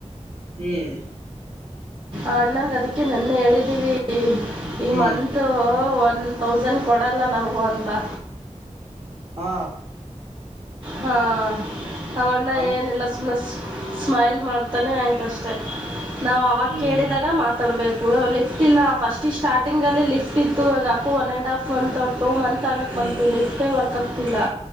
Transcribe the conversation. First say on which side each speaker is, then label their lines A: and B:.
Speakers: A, on the right; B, on the right.
A: ಹ್ಮ್.
B: ಅಣ್ಣಾಗ ಅದಕ್ಕೆ ನಿನ್ನೆ ಹೇಳಿದೀವಿ ಈ
A: ಹ್ಮ್
B: ಮತ್. ಒನ್ ತೌಸಂಡ್ ಕೊಡಲ್ಲ ನಾವು ಅಂತಾ
A: ಹಾ.
B: ಹಾ ಅವನ್ನ
A: ಅಂದ
B: ಏನಲ್ಲ ಸು ಸ್ಮೈಲ್ ಮಾಡ್ ತಾನೇ ಆಯ್ತಷ್ಟೇ ನಾವ್ ಅವಾಗ
A: ಹ್ಮ್
B: ಕೇಳಿದಾಗ ಮಾತಾಡ್ಬೇಕು ಲಿಫ್ಟ್ ಇಲ್ಲ ಫಸ್ಟಿ ಸ್ಟಾರ್ಟಿಂಗಲ್ಲಿ ಲಿಫ್ಟ ಇತ್ತು ಈಗ ಅಕೋ ಒನ್ ಅ್ಯಂಡ್ ಹಾಫ್ ಒನ್ ತ ಟೂ ಮಂತ್ ಆಗಕ್
A: ಹ್ಮ್
B: ಬಂತಲ್ಲಿ ಲಿಪ್ಟೆ ವರ್ಕ್ ಆಗ್ತಿಲ್ಲಾ